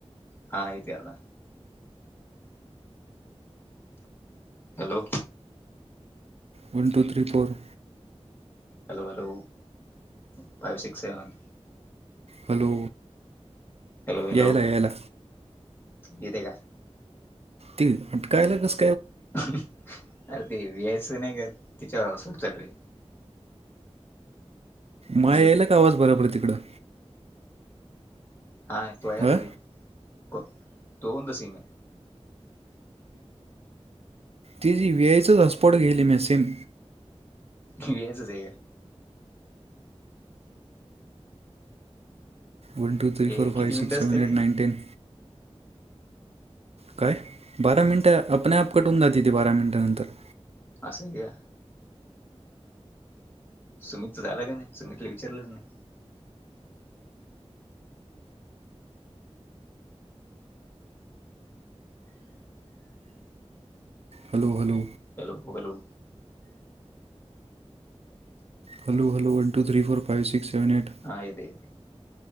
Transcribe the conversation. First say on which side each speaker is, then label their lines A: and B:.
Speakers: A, on the left; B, on the right.
A: हा येतोय आता hello
B: one two three four
A: hello hello five six seven
B: hello
A: hello hello
B: यायला यायला
A: येते का
B: ते अटकायला कस
A: अरे ते वहायच नाही का तिच्यावर <unintelligible>
B: माया
A: जिओ
B: यायला का आवाज बराबर आहे तिकडं.
A: हाय तो याय
B: हां
A: लागला तो होन द सीम.
B: ति वआयचच हसपॉट घेली मॅ सेम.
A: वच जाय का.
B: वन टू थ्री
A: हे
B: फोर फाईव
A: किती मिनिटं
B: सिक्स
A: असते
B: सेव्हन
A: रे
B: एट नाईन टेन. काय बारा मिनिटं आपणआप कटून जात ते बारा मिनिट नंतर.
A: अससं का सुमित तर झालं का नाही सुमितला विचारलंच नाही
B: hello hello
A: hello hello
B: hello hello one two three four five six seven eight
A: हा येते येते